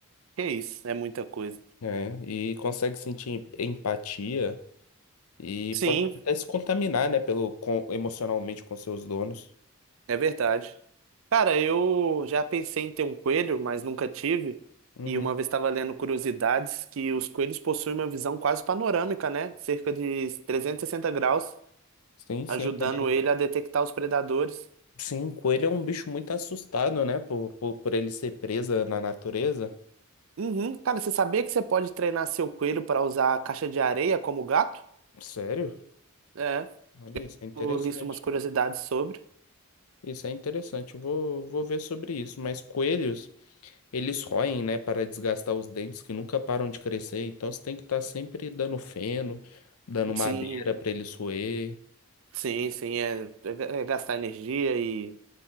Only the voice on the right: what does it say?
Que isso, é muita coisa.
Sim,
é verdade. Cara, eu já pensei em ter um coelho, mas nunca tive.
E uma vez estava lendo curiosidades que os coelhos possuem uma visão quase panorâmica, né? Cerca de 360 graus,
ajudando
ele a detectar os predadores.
Uhum. Cara, você sabia que você pode treinar seu coelho para usar a caixa de areia como gato?
É,
eu li umas curiosidades sobre.
Sim,
sim, sim, é, é é gastar energia e